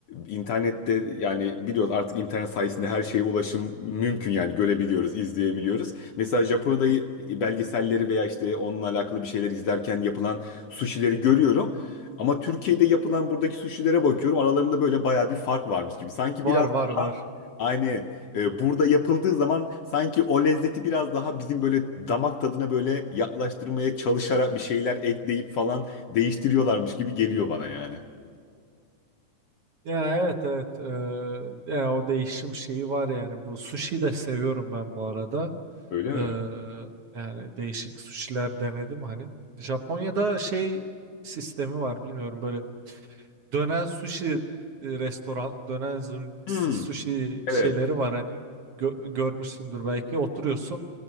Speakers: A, on the left; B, on the right.
A: internette yani biliyoruz artık internet sayesinde her şeye ulaşım mümkün yani görebiliyoruz, izleyebiliyoruz. Mesela Japonya'da belgeselleri veya işte onunla alakalı bir şeyler izlerken yapılan sushileri görüyorum. Ama Türkiye'de yapılan buradaki sushilere bakıyorum aralarında böyle bayağı bir fark varmış gibi. Sanki
B: Var
A: biraz
B: var var.
A: Aynı e, burada yapıldığı zaman sanki o lezzeti biraz daha bizim böyle damak tadına böyle yaklaştırmaya çalışarak bir şeyler ekleyip falan değiştiriyorlarmış gibi geliyor bana yani.
B: Ya evet evet Ee, yani o değişim şeyi var yani bu sushi de seviyorum ben bu arada.
A: Öyle
B: Ee,
A: mi?
B: yani değişik sushiler denedim hani. Japonya'da şey sistemi var bilmiyorum böyle dönen sushi e, restoran, dönen zun- su-
A: Hmm,
B: sushi
A: evet.
B: şeyleri var hani Gö- görmüşsündür belki. Oturuyorsun